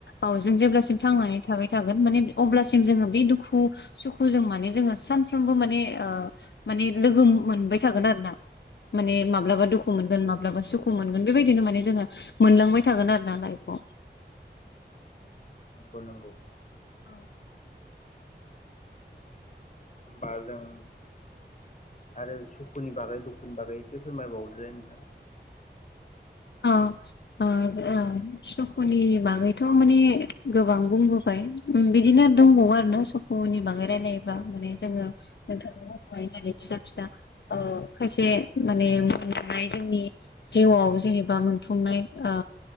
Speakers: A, on the left; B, on the left.
A: औ जों जेब्लासिम थांनानै थाबाय थागोन माने अब्लासिम जोङो बे दुखु सुखुजों माने जोङो सानफ्रोमबो माने माने लोगो मोनबाय थागोन आरो ना
B: उम
A: माने माब्लाबा दुखु मोनगोन माब्लाबा मा सुखु मोनगोन बेबायदिनो माने जोङो मोनलांबाय थागोन आरो ना लाइफखौ
B: नंगौ नांगौ
A: औ
B: हबा जों आरो सुखुनि बागै दुखुनि बागै एसे फोरमायबावदोलाय नोंथां
A: ओ ओ ओ जो ओ सुखुनि बागैथ' माने गोबां बुंबोबाय उम बिदिनो दंबावो आरोना स खुनि बागै रायलायोबा माने जोङो नोंथांनि मुंखौहाय जेरै फिसा फिसा ओ खायसे माने मोननाय जोंनि जिउआव जेनेब बा मोनफुंनाय ओ